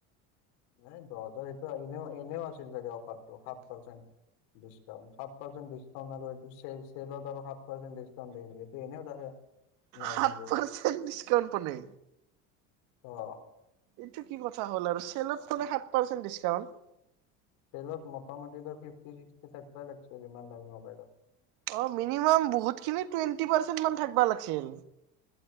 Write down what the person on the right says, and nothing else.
সাত পাৰ্চেন্ট ডিচকাউণ্ট পালে
এইটো কি কথা হ'ল আৰু, চেলত মানে সাত পাৰ্চেন্ট ডিছকাউণ্ট।
অ, মিনিমাম বহুতখিনি, টুৱেণ্টি পাৰ্চেন্ট মান থাকিব লাগিছিল।